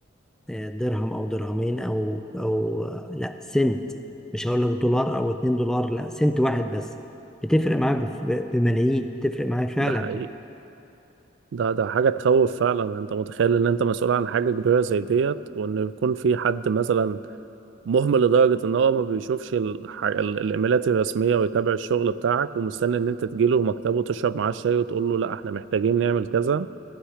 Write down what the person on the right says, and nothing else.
ده حقيقي ده ده حاجة تخوف فعلا انت متخيل ان انت مسؤول عن حاجة كبيرة زي ديت وان يكون في حد مثلا مهمل لدرجة ان هو ما بيشوفش الح... ال- الايميلات الرسمية ويتابع الشغل بتاعك ومستني ان انت تجيله مكتبه تشرب معاه الشاي وتقول له لا احنا محتاجين نعمل كذا